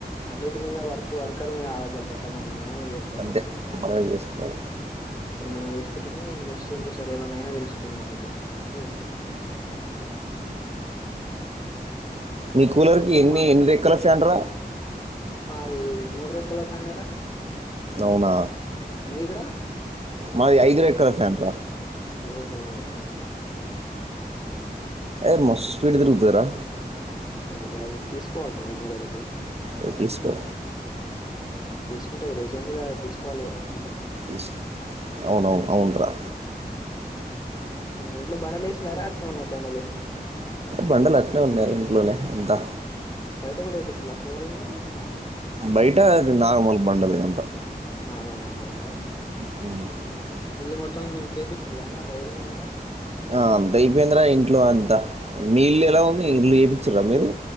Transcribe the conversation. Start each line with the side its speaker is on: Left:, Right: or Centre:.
Left: అన్నింటి మీద వర్క్ వర్కర్ మీద ఆధారపడితే. ఎట్లా మన మనమే చేసుకోవాల్సి
Right: అంతే
Left: వస్తుంది. అప్పుడప్పుడు
Right: మనమే చేసుకోవాలి
Left: కొన్ని మనం చేసుకుంటేనే నెక్స్ట్, <unintelligible> ఈసారి ఏమన్నఅయినా తెలుస్తుంది మనకు, అంతేగా హ్మ్.
Right: మీ కూలర్
Left: మొత్తం
Right: కి ఎన్ని ఎన్ని రే, కల సంటరా,
Left: అది మూడు రెక్కల ఫ్యానే రా,
Right: అవునా
Left: మీది రా,
Right: మాది ఐదు రెక్కల ఫ్యాన్ రా,
Left: ఓహో ఔనా
Right: ఏ మస్త్ స్పీడ్ తిరుగుతది రా,
Left: ఓ అది తీసుకోవాలిరా మేము కూడ ఒకటి,
Right: అది తీసుకో
Left: హు తీసుకుంటా రీసెంట్ గా తీసుకోవాలి ఇగ,
Right: ఇస్ అవునవును అవునురా,
Left: ఇంట్లో బండలు ఎశిలారా అట్నే ఉన్నాయా బండలు,
Right: బండలు అట్నే ఉన్నాయి ఇంట్లోనే అంతా,
Left: బయట కూడా వేపించలా ఫ్లోరింగ్ అంత,
Right: బయట అది నార్మల్ బండలే అంత,
Left: నార్మల్ బండ లేనా,
Right: <unintelligible>
Left: ఇల్లు మొత్తం చేపిచ్చిళ్ళ వైరింగ్ అంతా,
Right: ఆ బై అయిపోయిందరా ఇంట్లో అంతా మీ ఇల్లు ఎలా ఉంది ఇల్లు చేపిచ్చిర్రా మీరు,